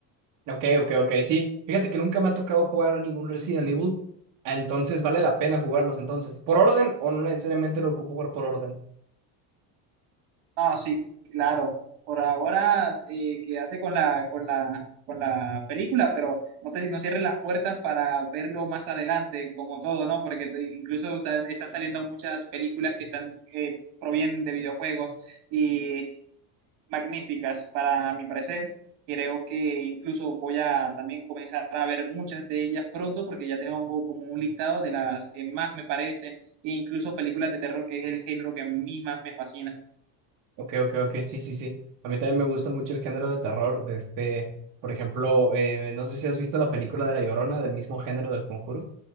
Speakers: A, on the right (about 40°); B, on the right (about 60°).
A: Ok, ok, ok, sí. Fíjate que nunca me ha tocado jugar a ningún Resident Evil. Entonces vale la pena jugarlos entonces. ¿Por orden o no necesariamente lo ocupo jugar por orden?
B: No, sí, claro. Por ahora, eh, quédate con la, con la, con la película, pero no te no cierres las puertas para verlo más adelante, como todo, ¿no? Porque te- incluso están, están saliendo muchas películas que están eh, provienen de videojuegos y magníficas, para mi parecer. Creo que incluso voy a también comenzar a ver muchas de ellas pronto, porque ya tengo como un listado de las que más me parecen, e incluso películas de terror, que es el género que a mí más me fascina.
A: Ok, ok, ok, sí, sí, sí. A mí también me gusta mucho el género de terror. De este, por ejemplo, eh, no sé si has visto la película de La Llorona del mismo género del Conjuro.